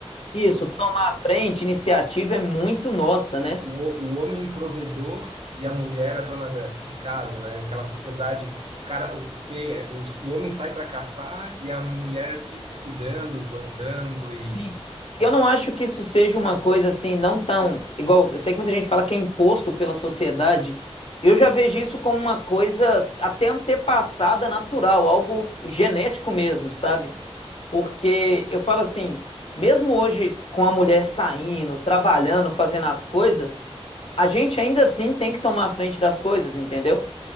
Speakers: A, on the left (about 65°); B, on the right (about 65°).
A: Isso, tomar a frente, iniciativa é muito nossa, né?
B: o, o o homem provedor e a mulher a dona da- de casa, né? Aquela sociedade, o cara, o, que nem é, o, o homem sai para caçar e a mulher fica cuidando, plantando e,
A: Sim. E Eu não acho que isso seja uma coisa assim, não tão igual. Eu sei que muita gente fala que é imposto pela sociedade. Eu já vejo isso como uma coisa até antepassada natural, algo genético mesmo, sabe? Porque eu falo assim, mesmo hoje com a mulher saindo, trabalhando, fazendo as coisas, a gente ainda assim tem que tomar a frente das coisas, entendeu?